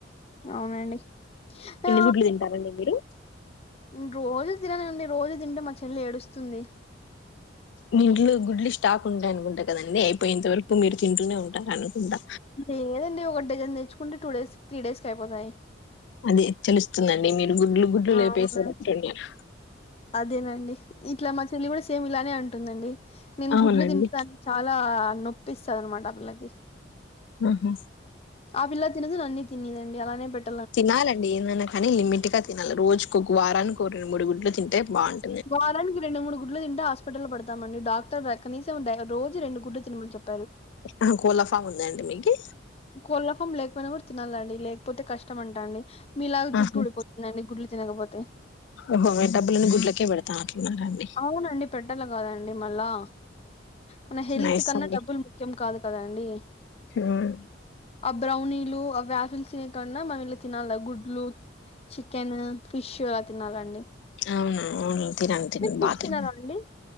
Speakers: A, on the left (about 35°); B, on the left (about 65°).
A: అవునండి ఆ
B: గుడ్లు తింటారండి మీరు
A: న్ రోజు తిననండి రోజు దింటే మా చెల్లేడుస్తుంది
B: మీంట్లో గుడ్లి స్టాక్ ఉంటాయనుకుంటా కదండి అయిపోయింత వరకు మీరు తింటూనే ఉంటారనుకుంటా
A: లేదండి ఒక డేజన్ తెచ్చుకుంటే టూ డేస్ త్రీ డేస్ కయిపోతాయ్
B: అది తెలుస్తుందండి మీరు గుడ్లు గుడ్లు లేపేసేటట్టున్నారు
A: అవునా అదేనండి ఇట్లా మా చెల్లి గూడా సేమ్ ఇలానే అంటుందండి నేను
B: అవునండి
A: గుడ్లు తింట్ తాను చాలా నొప్పిస్తదనమాట ఆ పిల్లకి
B: మ్మ్ హు
A: ఆ పిల్లా తినదు నన్నీ తినేదండి అలానే పెట్
B: తినాలండి ఏదైనా కానీ లిమిట్ గా తినాలి రోజుకి ఒక వారానికి ఒ రెండు మూడు గుడ్లు తింటే బాగున్
A: వారానికి రెండు మూడు గుడ్లు తింటే హాస్పిటల్లో పడతామండి డాక్టర్ ర కనీసం డై రోజు రెండు గుడ్లు తినమని చెప్
B: అహ్ కోలా ఫామ్ ఉందండి మీకి
A: కోళ్ల ఫమ్ లేక్ పోయినా గూడ తినాలండి లేక్ పోతే కష్టం అంటా అండి మీలాగ జుట్టు
B: ఆహా
A: ఊడిపోతుందండి గుడ్లు తినకపోతే
B: ఓహో మే డబ్బులను గుడ్లకే పెడతా అట్న్నారండి
A: అవునండి పెట్టాల గాదండి మళ్ళా మన హెల్త్
B: నైస్
A: కన్నా
B: అండి
A: డబ్బులు ముఖ్యం కాదు కదాండి
B: ఉమ్
A: ఆ బ్రౌనీలు ఆ వ్యాఫిల్ తినే కాన్నా మనం ఇల్లా తినాలె గుడ్లు చికెను ఫిష్ అలా తినాలండి
B: అవును అవును తినను తిన్నను
A: మీరు ఫిష్
B: బా తిన్నను
A: తినారా అండి